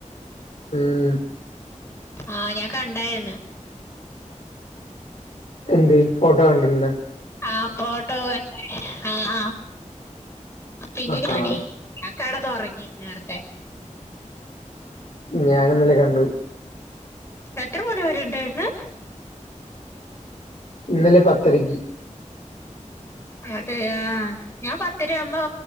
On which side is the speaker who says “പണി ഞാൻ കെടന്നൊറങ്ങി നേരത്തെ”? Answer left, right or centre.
Left